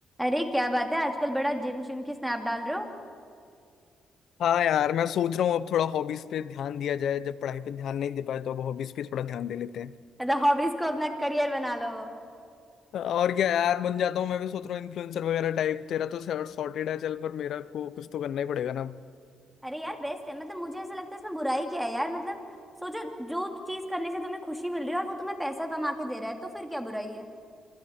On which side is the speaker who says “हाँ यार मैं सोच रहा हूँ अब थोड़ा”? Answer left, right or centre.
Left